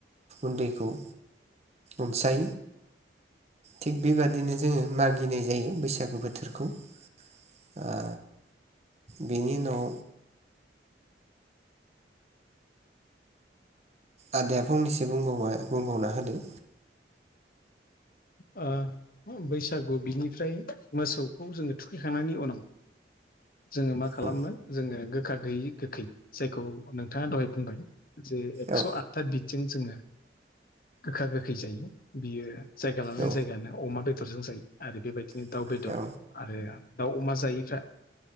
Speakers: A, on the right; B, on the left.
A: उन्दैखौ अनसायो। थिग बेबादिनो जोङो मागिनाय जायो बैसागु बोथोरखौ। ओ बेनि उनाव आदाया फंनैसो बुंबावबा बुंबावना होदों।
B: आ बैसागु बिनिफ्राय मोसौखौ जोङो थुखैखांनायनि उनाव जोङो मा खालामो
A: औ
B: जोङो गोखा गैयि गोखै जायखौ नोंथाङा दहाय बुंबाय जे एक्स'
A: औ
B: आथ था बिदजों जोङो गोखा गोखै जायो बियो जाय जायगा लानानै
A: औ
B: जायगा ना अमा बेदरजों जायो। आरो बेबायदिनो
A: औ
B: दाउ बेदर
A: औ
B: आरो दाउ अमा जायैफ्रा